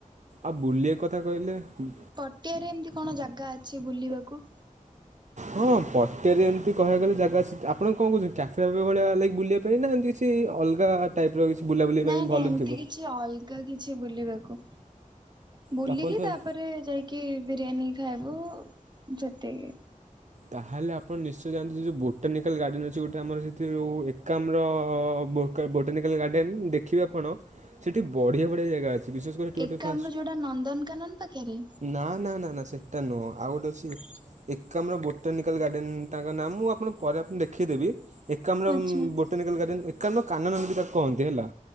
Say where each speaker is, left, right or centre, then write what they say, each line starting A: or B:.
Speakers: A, on the right; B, on the right.
A: ଆ ବୁଲିଆ କଥା କହିଲେ ଉଁ
B: ପଟିଆ ରେ ଏମିତି କଣ ଜାଗା ଅଛି ବୁଲିବାକୁ?
A: ହଁ ପଟିଆରେ ଏମିତି କହିବା ଗଲେ ଜାଗା ଅଛି ଆପଣ କଣ କହୁଛନ୍ତି କ୍ୟାଫେ ଫାଫେ ଭଳିଆ ଲାଇକ୍ ବୁଲିବା ଦେଇ ନାହାନ୍ତି କିଛି ଅଲଗା ଟାଇପ୍ ର କିଛି ବୁଲାବୁଲି
B: ନାଇଁ
A: ପାଇଁ
B: ନାଇଁ
A: ଭଲ
B: ଏମିତି
A: ଥିବ
B: କିଛି ଅଲଗା କିଛି ବୁଲିବାକୁ? ବୁଲିକି
A: ତ ଆପଣ ଥରେ
B: ତାପରେ ଯାଇକି ବିରିୟାନୀ ଖାଇବୁ ସେତିକି।
A: ତହେଲେ ଆପଣ ନିଶ୍ଚୟ ଜାଆନ୍ତୁ ଯେଉଁ ବୋଟାନିକାଲ୍ ଗାର୍ଡ଼େନ୍ ଅଛି ଗୋଟେ ଆମର ସେଥିରେ ଯେଉ ଏକାମର କେ ବୋଟାନିକାଲ୍ ଗାର୍ଡେନ୍ ଦେଖିବେ ଆପଣ ସେଠି ବଢ଼ିଆ ବଢ଼ିଆ ଜେଗା ଅଛି ବିଶ୍ୱାସ କରି ଟି ଓଟେ
B: ଏକାମ୍ର
A: ଫାସ୍
B: ଯୋଉଟା ନନ୍ଦନକାନନ ପାଖରେ
A: ନାଁ ନାଁ ନାଁ ନାଁ ସେଟା ନୁହଁ ଆଉ ଓ ତ ଅଛି ଏକାମ୍ର ବୋଟାନିକାଲ୍ ଗାଡ଼େନ୍ ତାଙ୍କ ନାଁ ମୁଁ ଆପଣ ପରେ ଆପଣ ଦେଖେଇଦେବି ଏ କାମ୍ର
B: ଆଚ୍ଛା
A: ଉଁ ବୋଟାନିକାଲ୍ ଗାର୍ଡ଼େନ୍ ଏକାମ୍ର କାନନ ବୋଲି ତାକୁ କହନ୍ତି ହେଲା